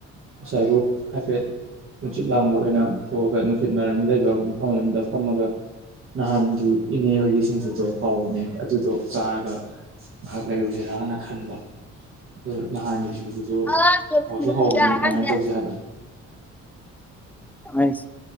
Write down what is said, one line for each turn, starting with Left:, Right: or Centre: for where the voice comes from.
Right: ꯑꯁꯥꯏꯕꯨꯛ ꯍꯥꯏꯐꯦꯠ ꯅꯨꯡꯁꯤꯠ ꯂꯥꯡꯕ ꯑꯣꯏꯅ ꯊꯣꯛꯑꯒ ꯅꯨꯡꯁꯤꯠ ꯃꯔꯝ ꯂꯩꯕ ꯃꯐꯝ ꯑꯃꯗ ꯐꯝꯃꯒ ꯅꯍꯥꯟ ꯎ ꯑꯦ ꯅꯤꯌꯣꯔꯒꯤ ꯁꯤꯡꯖꯨꯗꯣ ꯍꯥꯎꯕꯅꯦ ꯗꯨꯗꯣ ꯆꯥꯔꯒ ꯉꯥꯍꯛ ꯂꯩꯔꯨꯖꯤꯔꯅ ꯈꯟꯕ ꯑꯗꯨ ꯅꯍꯥꯟꯒꯤ ꯁꯤꯡꯖꯨꯗꯨ
Centre: ꯑ
Right: ꯍꯥꯎꯁꯨ
Centre: <unintelligible>
Right: ꯍꯥꯎꯕꯅꯤ
Centre: ꯑꯉꯥꯡꯖꯦ
Right: ꯀꯃꯥꯏꯅ ꯇꯧꯁꯦ ꯍꯥꯏꯕꯅꯣ
Centre: ꯅꯥꯏꯁ